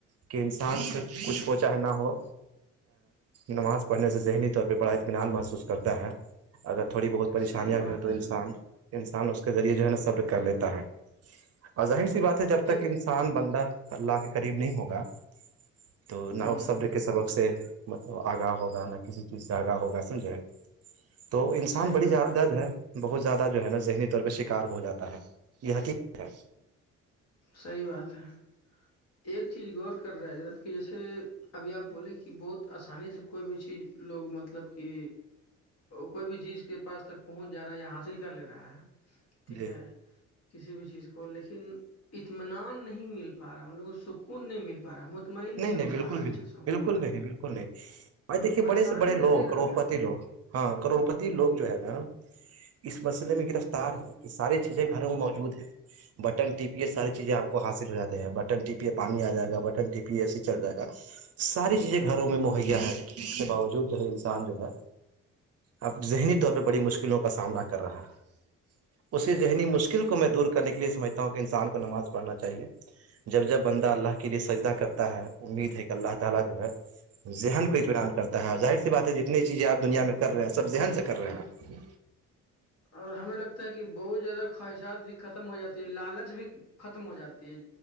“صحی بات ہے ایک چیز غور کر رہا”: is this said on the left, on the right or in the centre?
Left